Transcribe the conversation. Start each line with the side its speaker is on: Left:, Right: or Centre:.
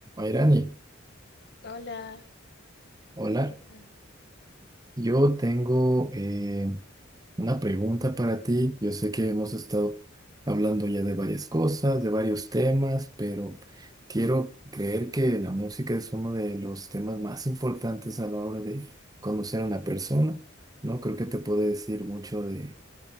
Right: Irani,
Left: Hola,
Right: hola.
Left: ¿qué tal?
Right: Yo tengo eh, una pregunta para ti. Yo sé que hemos estado hablando ya de varias cosas, de varios temas, pero quiero creer que la música es uno de los temas más importantes a la hora de conocer a una persona, ¿no? Creo que te puede decir mucho de,